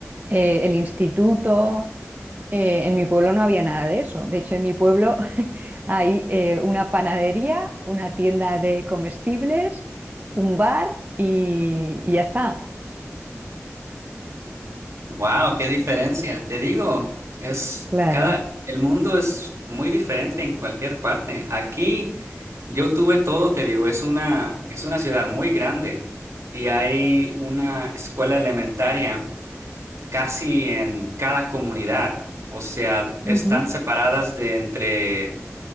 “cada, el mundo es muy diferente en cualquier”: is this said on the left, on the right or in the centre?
Right